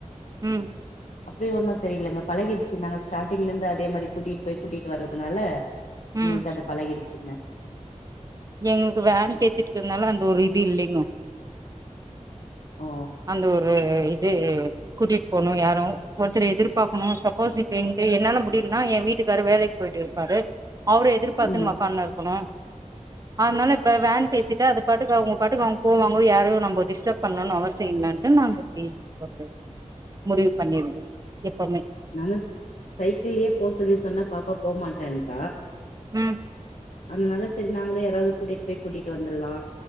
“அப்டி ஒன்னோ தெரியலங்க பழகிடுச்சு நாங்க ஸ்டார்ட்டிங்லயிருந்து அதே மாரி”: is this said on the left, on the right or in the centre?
Left